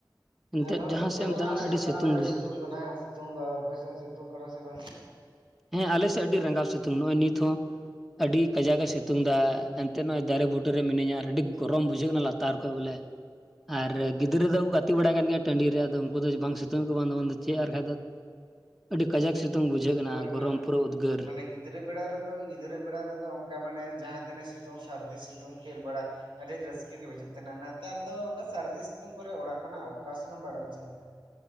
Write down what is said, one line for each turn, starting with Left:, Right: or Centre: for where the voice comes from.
Centre: ᱮᱱᱛᱮᱫ
Right: ᱟᱨ
Centre: ᱡᱟᱦᱟᱸ
Right: ᱥᱤᱛᱩᱝ
Centre: ᱥᱮᱫ ᱮᱢ ᱫᱟᱬᱟᱱᱟ ᱟᱹᱰᱤ ᱵᱩᱡᱷᱟᱹᱜᱼᱟ
Right: ᱥᱤᱛᱩᱝ ᱠᱟᱱᱟ <unintelligible> ᱟᱯᱮ ᱥᱮᱫ ᱥᱤᱛᱩᱝ ᱠᱟᱱᱟ ᱥᱮ ᱵᱟᱝ?
Centre: ᱦᱮᱸ ᱟᱞᱮ ᱥᱮᱫ ᱟᱹᱰᱤ ᱨᱟᱸᱜᱟᱼᱣ ᱥᱤᱛᱩᱝ ᱱᱚᱜᱼᱚᱭ ᱱᱤᱛ ᱦᱚᱸ ᱟᱹᱰᱤ ᱠᱟᱡᱟᱠ ᱮᱸ ᱥᱤᱛᱩᱝ ᱫᱟ ᱾ ᱮᱱᱛᱮᱫ ᱱᱚᱜᱼᱚᱭ ᱫᱟᱨᱮ ᱵᱩᱴᱟᱹᱨ ᱨᱮ ᱢᱤᱱᱟᱹᱧᱟ᱾ ᱟᱹᱰᱤ ᱜᱚᱨᱚᱢ ᱵᱩᱡᱷᱟᱹᱜ ᱠᱟᱱᱟ ᱞᱟᱛᱟᱨ ᱠᱷᱚᱱ ᱵᱚᱞᱮ ᱟᱨ ᱜᱤᱫᱽᱨᱟᱹ ᱫᱚ-ᱠᱚ ᱜᱟᱛᱮ ᱵᱟᱲᱟᱜ ᱠᱟᱱ ᱜᱮᱭᱟ ᱾ ᱴᱟᱺᱰᱤ ᱨᱮ ᱟᱫᱚ ᱩᱱᱠᱩ ᱫᱚ ᱵᱟᱝ ᱥᱤᱛᱩᱝ ᱠᱚ ᱵᱟᱝ ᱫᱚ ᱪᱮᱫ ᱟᱨ <unintelligible> <unintelligible> ᱟᱹᱰᱤ ᱠᱟᱡᱟᱠ ᱥᱤᱛᱩᱝ ᱵᱩᱡᱷᱽᱟᱹᱜ ᱠᱟᱱᱟ᱾
Right: ᱦᱳᱭ
Centre: ᱜᱚᱨᱚᱢ
Right: ᱢᱟ,
Centre: ᱯᱩᱨᱟᱹ ᱩᱫᱽᱜᱟᱹᱨ
Right: ᱢᱟᱱᱮ ᱜᱤᱫᱽᱨᱟᱹ ᱵᱮᱲᱟ ᱨᱮ-ᱫᱚ ᱜᱤᱫᱽᱨᱟᱹ ᱵᱮᱲᱟ ᱨᱮᱫᱚ ᱚᱱᱠᱟ᱾ ᱢᱟᱱᱮ ᱡᱟᱦᱟ ᱛᱤᱱᱟᱹᱜ ᱥᱤᱛᱩᱝ ᱥᱟᱹᱨᱫᱤ ᱥᱤᱛᱩᱝ ᱠᱷᱮᱞ ᱵᱟᱲᱟ᱾ ᱟᱹᱰᱤ ᱨᱟᱹᱥᱠᱟᱹ ᱜᱮ ᱵᱩᱡᱷᱟᱹᱜ ᱛᱟᱦᱮᱸ ᱱᱟ᱾ ᱱᱮᱛᱟᱨ ᱫᱚ ᱚᱱᱠᱟ ᱥᱟᱹᱨᱫᱤ ᱥᱤᱛᱩᱝ ᱠᱚᱨᱮ ᱚᱲᱟᱜ ᱠᱷᱚᱱᱟᱼᱜ ᱚᱠᱟ ᱥᱚᱱ ᱦᱚᱸ ᱵᱟᱭ ᱳᱰᱳᱠ ᱦᱚᱪᱚᱸ ᱟᱢᱟ᱾